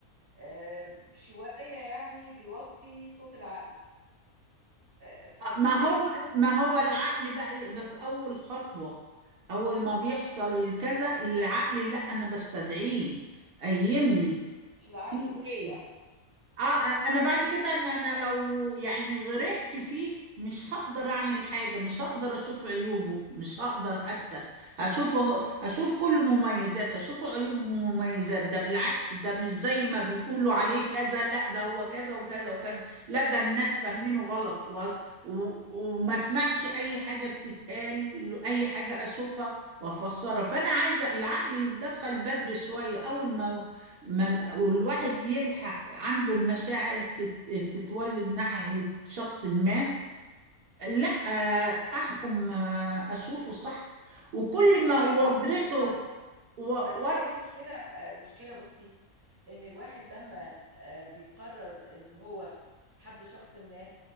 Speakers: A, on the right (about 15°); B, on the right (about 80°).
A: آه، شوية يعني بيوطي صوت العقل آه، فبتلاقيه
B: ما هو
A: ممكن
B: ما هو
A: مم،
B: العقل بقى يبقى في أول خطوة أول ما بيحصل كذا العقل لا أنا بستدعيه قيم لي
A: مش العكس
B: في إيه
A: يعني
B: اه انا بعد كده انا انا لو يعني غرقت فيه مش هقدر اعمل حاجة مش هقدر اشوف عيوبه مش هقدر حتى اشوفه اشوف كل مميزاته اشوف عيوبه ومميزات ده بالعكس ده مش زي ما بيقولوا عليه كذا لا ده هو كذا وكذا وكذا لا ده الناس فاهمينه غلط و... و... وما اسمعش اي حاجة بتتقال اي حاجة اشوفها وافسرها فانا عايزة العقل يتدخل بدري شوية اول ما ما ال- والواحد يلحق عنده المشاعر تت- تتولد ناحية شخص ما لا آه، أحكم آه، أشوفه صح وكل
A: معاكي
B: ما وأدرسه
A: متفق معاكي
B: و... و...
A: بس هي المشكلة المشكلة بصي ان الواحد لما آه، بيقرر ان هو حب شخص ما